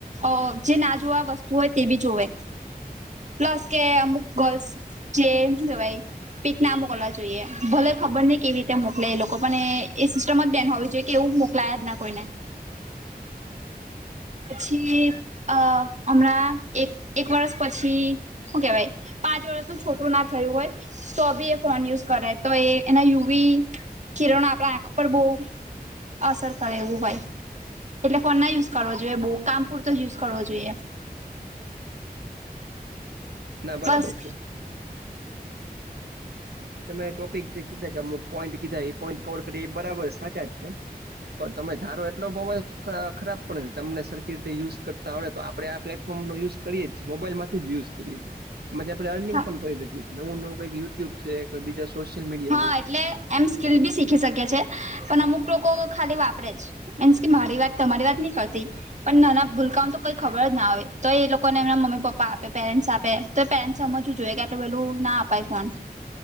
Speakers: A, on the right (about 45°); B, on the right (about 80°).
A: અ જે ના જોવા વસ્તુ હોય તે બી જોવે. પ્લસ કે અમુક ગર્લ્સ જે હું કેવાય. પીક ના મોકલવા જોઈએ ભલે ખબર નહ કેવી રીતે મોકલે એ લોકો પણ એ સિસ્ટમ જ બેન હોવી જોઈએ. કેવું મોકલાયા જ ના કોઈને. પછી અ હમણાં એક એક વર્ષ પછી શું કેવાય પાંચ વર્ષનું છોકરું ના થયું હોય. તો બી એ ફોન યુઝ કરે તો એ એના યુવી કિરણો આપણા આંખ પર બહુ અ સર કરે એવું ભાઈ. એટલે ફોન ના યુઝ કરવો જોઈએ બહુ કામ પૂરતો યુઝ કરવો જોઈએ.
B: ના બરાબર
A: બસ
B: છે. એ તમે ટોપિક જે કીધા કેમક પોઈન્ટ કીધા એ પોઈન્ટ કવર કરી એ બરાબર સાચા જ છે. પણ તમે ધારો એટલો મોબાઈલ ખરાબ પણ નથી તમને સરખી રીતે યુઝ કરતા હોય તો આપણે આ પ્લેટ ફોર્મ નો યુઝ કરીએ છે, મોબાઈલ માંથી જ યુઝ કરીએ છીએ. અમે આપણે ત્યાં અર્નિંગ
A: હા
B: પણ કરી શકીએ છીએ, નવું-નવું કઈ યુટ્યુબ છે કોઈ બીજા સોશિયલ મીડિયા
A: હા
B: છે
A: એટલે, એમ સ્કીલ બી શીખી શકે છે પણ, અમુક લોકો ખાલી વાપરે જ. મીન્સ કે, મારી વાત તમારી વાત નઈ કરતી. પણ નાના ભૂલકાઓ તો કોઈ ખબર જ ના હોય, તો એ લોકોને એમના મમ્મી-પપ્પા આપે પેરેન્ટ્સ આપે. તો પેરેન્ટ્સ ને સમજવું જોઈએ કે આટલું વહેલું ના અપાય ફોન